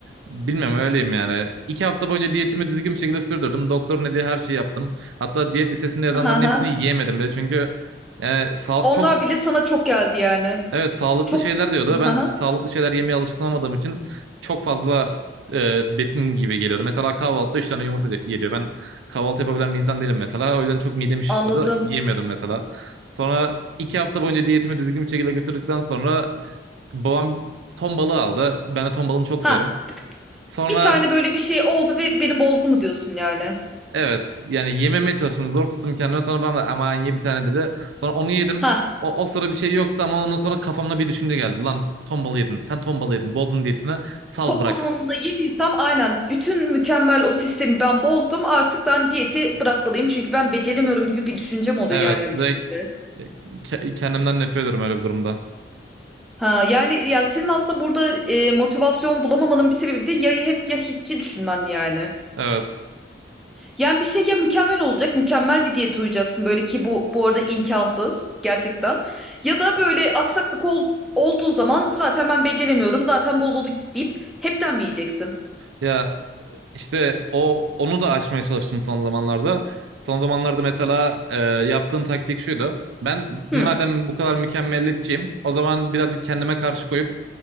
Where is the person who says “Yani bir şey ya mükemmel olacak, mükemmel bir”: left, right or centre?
Centre